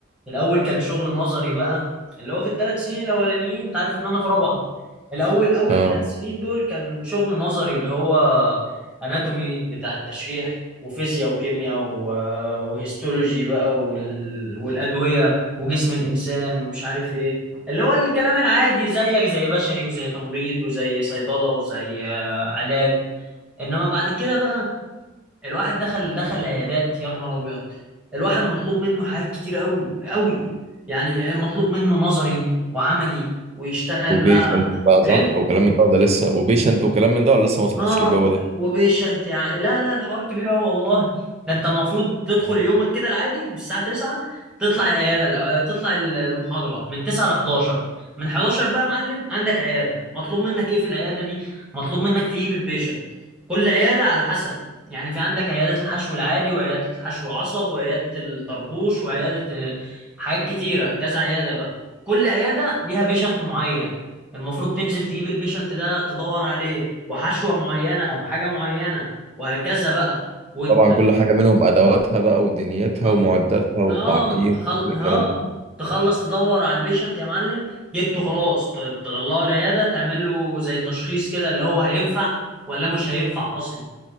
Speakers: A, in the centre; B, on the right.
A: الأول كان شغل نظري بقى اللي هو في الثلاث سنين الأولانيين أنت عارف إن أنا في رابعة الأول أول
B: اه
A: ثلاث سنين دول كان شغل نظري اللي هو أناتومي بتاع التشريح وفيزياء وكيمياء و- وهيستولوجي بقى وال... والأدوية وجسم الإنسان ومش عارف إيه اللي هو الكلام العادي زيك زي بشري وزي تمريض وزي صيدلة وزي آه، علاج انما بعد كده بقى الواحد دخل دخل العيادات يا نهار ابيض الواحد مطلوب منه حاجات كتير قوي قوي يعني إيه مطلوب منه نظري وعملي ويشتغل
B: وبيشنت
A: بقى
B: بقى صح
A: ايه
B: وكلام من ده ولا لسه وبيشنت وكلام من ده ولا لسه ما وصلتوش
A: اه
B: للجو ده
A: وبيشنت يعني لا لا الحوار كبير قوي والله ده انت المفروض تدخل يومك كده العادي من الساعه 9 تطلع العياده الأ- تطلع ال- المحاضره من 9 ل 11 من 11 بقى يا معلم عندك عياده مطلوب منك ايه في العياده دي مطلوب منك تجيب البيشنت كل عياده على حسب يعني في عندك عيادات الحشو العادي وعياده الحشو العصب وعياده الطربوش وعياده آه، حاجات كتيره كذا عياده بقى كل عياده ليها بيشنت معين المفروض تنزل تجيب البيشنت ده تدور عليه وحشوة معينة أو حاجة معينة وهكذا بقى وت...
B: طبعا كل حاجة منهم أدواتها بقى ودنيتها
A: آه
B: ومعداتها والتعقيم
A: آه، تخل...
B: وكل
A: آه
B: الكلام ده
A: تخلص تدور على البيشنت يا معلم جبته خلاص ت- تطلعه العيادة تعمل له زي تشخيص كده اللي هو هينفع ولا مش هينفع أصلا